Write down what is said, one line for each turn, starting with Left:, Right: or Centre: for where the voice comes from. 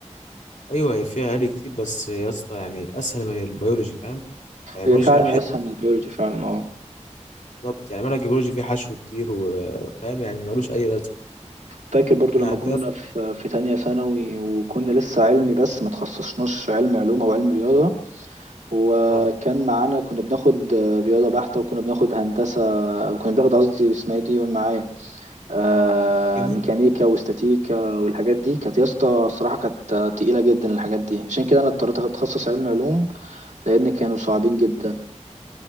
Left: أيوه هي فيها هري كتير بس يا اسطى يعني أسهل من البيولوجي فاهم يعني البيولوجي
Right: هي فعلا
Left: كان حلو
Right: اسهل من البيولوجي فعلا اه
Left: بالظبط يعني منهج الجيولوجي فيه حشو كتير وفاهم يعني ملوش أي لازمة
Right: فاكر برضو
Left: يعني
Right: لما كنا
Left: يا
Right: في في تانية ثانوي وكنا لسه علمي بس ما تخصصناش علم علوم او علم رياضة وكان
Left: اسطى
Right: معانا كنا بناخد آه، رياضة بحتة وكنا بناخد هندسة وكنا بناخد قصدي اسمها ايه دي قول معايا آه
Left: كيمياء
Right: ميكانيكا واستاتيكا والحاجات دي كانت يا اسطى الصراحة كانت آه، تقيلة جدا الحاجات دي عشان كده أنا اضطريت أتخصص علم علوم لأن كانوا صعبين جدا